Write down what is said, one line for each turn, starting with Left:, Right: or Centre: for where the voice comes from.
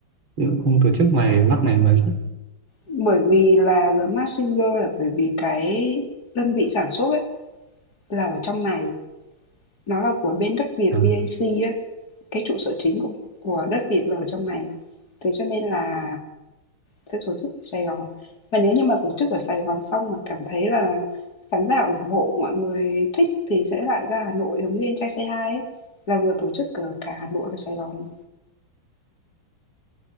Right: Chứ không tổ chức ngoài Bắc này mà
Left: Bởi vì là The Mask Singer là bởi vì cái đơn vị sản xuất ấy là ở trong này, nó là của bên đất Việt
Right: à.
Left: VAC ấy. Cái trụ sở chính của của đất Việt là ở trong này, thế cho nên là sẽ tổ chức ở Sài Gòn. Và nếu như mà tổ chức ở Sài Gòn xong mà cảm thấy là khán giả ủng hộ, mọi người thích thì sẽ lại ra Hà Nội giống như Anh Trai Say Hi ấy, là vừa tổ chức ở cả Hà Nội và Sài Gòn.